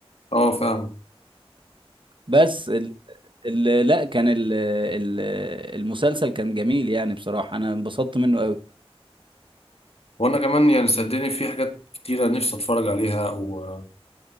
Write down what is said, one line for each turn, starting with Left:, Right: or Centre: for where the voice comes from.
Left: اه فاهم
Right: بس ال ال لا كان ال ال المسلسل كان جميل يعني بصراحة انا انبسطت منه قوي
Left: وانا كمان يعني صدقني في حاجات كتيرة نفسي اتفرج عليها وصدقني